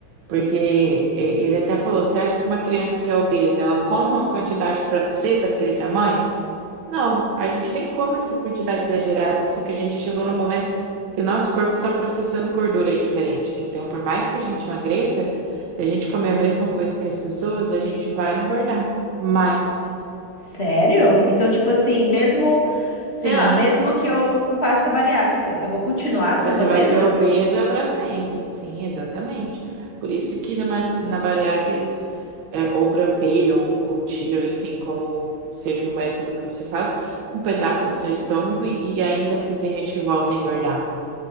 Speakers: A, on the right; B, on the left.
A: Porque e- ele até falou: você acha que uma criança que é obesa, ela come uma quantidade para ser daquele tamanho? Não, a gente nem come essa quantidade exagerada, só que a gente chegou no momento que o nosso corpo está processando gordura diferente. Então, por mais que a gente emagreça, se a gente comer a mesma coisa que as pessoas, a gente vai engordar. Mas,
B: Sério? Então, tipo assim, mesmo, sei
A: sim.
B: lá, mesmo que eu faça bariátrica, eu vou continuar sendo
A: Você
B: obesa?
A: vai ser obesa para sempre. Sim, exatamente. Por isso que na, madri- na bariátrica eles é, ou grampeiam ou tiram, enfim, como seja o método que você faz, um pedaço do seu estômago e, e ainda assim tem gente que volta a engordar.